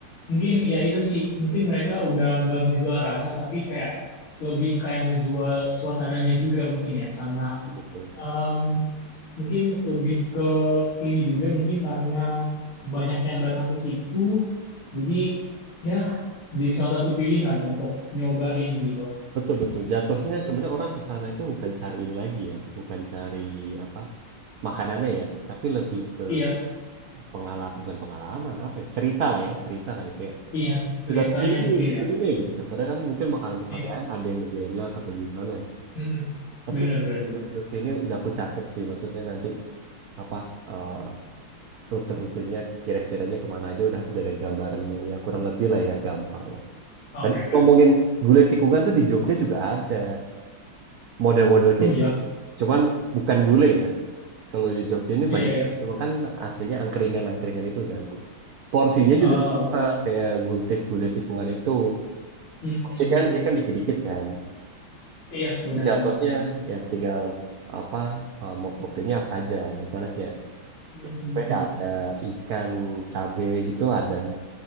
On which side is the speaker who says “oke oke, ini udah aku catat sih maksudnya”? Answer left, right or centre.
Right